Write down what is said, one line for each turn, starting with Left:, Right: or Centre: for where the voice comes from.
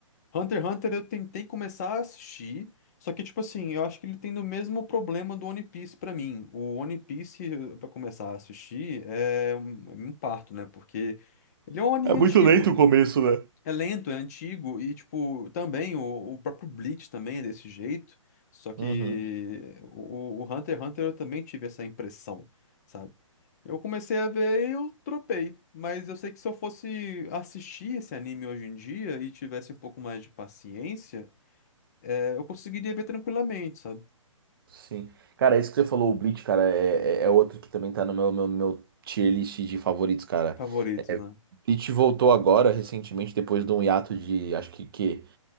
Left: Hunter x Hunter eu tentei começar a assistir, só que, tipo assim, eu acho que ele tem o mesmo problema do One Piece pra mim. O One Piece, eh, pra começar a assistir, é um, é um parto, né? Porque ele é um anime
Right: É muito
Left: antigo.
Right: lento o começo, né?
Left: É lento, é antigo, e tipo, também o, o próprio Bleach também é desse jeito. Só que
Right: Uhum.
Left: o, o Hunter x Hunter eu também tive essa impressão, sabe? Eu comecei a ver e eu tropei. Mas eu sei que se eu fosse assistir esse anime hoje em dia e tivesse um pouco mais de paciência, é, eu conseguiria ver tranquilamente, sabe?
Right: Sim. Cara, isso que você falou, o Bleach, cara, é, é é outro que também tá no meu, meu, meu tier list de favoritos, cara.
Left: Favoritos,
Right: É,
Left: né?
Right: Bleach voltou agora, recentemente, depois de um hiato de, acho que, que